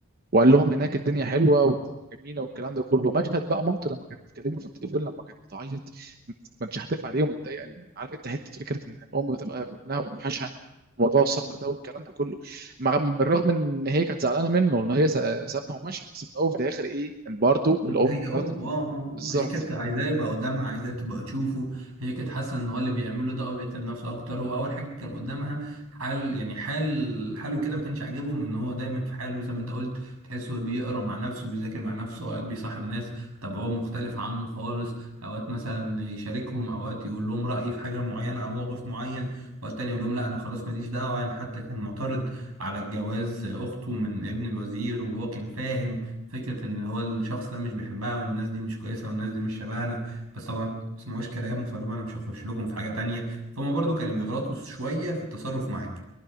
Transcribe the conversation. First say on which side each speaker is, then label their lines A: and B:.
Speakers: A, on the right; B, on the right.
A: وقال لهم هناك الدنيا حلوه والدنيا جميله والكلام ده كله مشهد بقى مامته لما كانت بتكلمه في التليفون لما كانت بتعيط ما كانتش هتف عليه ومتضايقه ان عارف انت حته فكره ان الام بتبقى ابنها بتوحشها موضوع السفر ده والكلام ده كله مع بالرغم ان هي كانت زعلانه منه ان هي س- سابها ومشى بس في الاول وفي الاخر ايه ان برضه
B: هي
A: الام برضه
B: امه اه آه،
A: بالظبط
B: آه. هي كانت عايزاه يبقى قدامها عايزاه تبقى تشوفه هي كانت حاسه ان هو اللي بيعمله ده هو بيهتم بنفسه اكتر هو اول حاجه كان قدامها حال يعني حال حاله كده ما كانش عاجبهم ان هو دايما في حاله زي ما انت قلت تحسه بيقرا مع نفسه بيذاكر مع نفسه اوقات بيصاحب ناس طبعهم مختلف عنه خالص اوقات مثلا يشاركهم اوقات يقول لهم رايه في حاجه معينه او موقف معين اوقات تاني يقول لهم لا انا خلاص ماليش دعوه يعني حتى كان معترض على الجواز اخته من ابن الوزير وهو كان فاهم فكرة إن هو الشخص ده مش بيحبها والناس دي مش كويسة والناس دي مش شبهنا بس طبعا ما سمعوش كلامه فقالوا له أنا مش هخش لكم في حاجة تانية فهم برضو كانوا بيغلطوا شوية في التصرف معاه